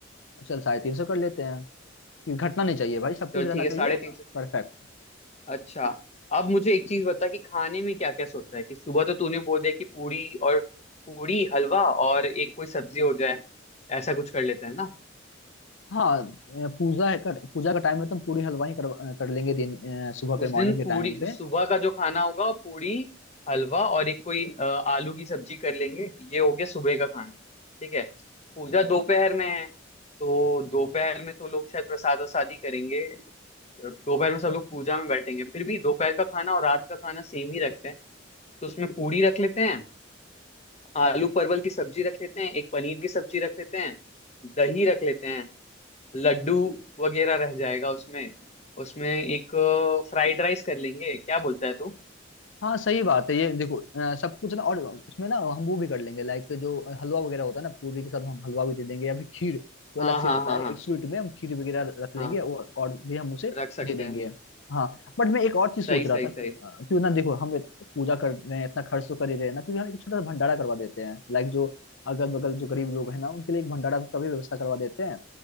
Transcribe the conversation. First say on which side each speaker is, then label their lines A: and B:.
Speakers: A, on the left; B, on the left.
A: चल साढ़े तीन सौ कर लेते हैं कि घटना नहीं चाहिए भाई सब कुछ
B: चल
A: रहना
B: ठीक है
A: चाहिए
B: साढ़े तीन
A: परफेक्ट
B: अच्छा अब मुझे एक चीज बता कि खाने में क्या क्या सोचा है कि सुबह तो तूने बोल दिया कि पूरी और पूरी हलवा और एक कोई सब्जी हो जाए ऐसा कुछ कर लेते हैं ना
A: हाँ अ, पूजा है कर, पूजा का टाइम है तो हम पूरी हलवाई कर, कर लेंगे दिन अ, सुबह के
B: उस
A: मॉर्निंग
B: दिन
A: के
B: पूरी
A: टाइम पे
B: सुबह का जो खाना होगा वो पूरी हलवा और एक कोई अ, आलू की सब्जी कर लेंगे ये हो गया सुबह का खाना ठीक है पूजा दोपहर में है तो दोपहर में तो लोग शायद प्रसाद वसाद ही करेंगे दोपहर में सब लोग पूजा में बैठेंगे फिर भी दोपहर का खाना और रात का खाना सेम ही रखते हैं तो उसमें पूरी रख लेते हैं आलू परवल की सब्जी रख लेते हैं एक पनीर की सब्जी रख लेते हैं दही रख लेते हैं लड्डू वगैरह रह जाएगा उसमें उसमें एक फ्राइड राइस कर लेंगे क्या बोलता है तू
A: हाँ सही बात है ये देखो अ, सब कुछ ना और उसमें ना हम वो भी कर लेंगे लाइक जो हलवा वगैरह होता है ना पूरी के साथ हम हलवा भी दे देंगे या फिर खीर जो
B: हाँ
A: अलग से
B: हाँ
A: होता
B: हाँ
A: है
B: हाँ
A: एक स्वीट में हम खीर वगैरह रख लेंगे
B: हाँ
A: और और भी हम उसे
B: रख सकते
A: दे देंगे
B: हैं
A: हाँ बट मैं एक और चीज सोच
B: सही सही
A: रहा था कि
B: सही
A: अ, क्यों ना देखो हम इत- पूजा कर रहे हैं इतना खर्च तो कर ही रहे हैं ना क्योंकि हम एक छोटा सा भंडारा करवा देते हैं लाइक जो अगल बगल जो गरीब लोग हैं ना उनके लिए एक भंडारा का भी व्यवस्था करवा देते हैं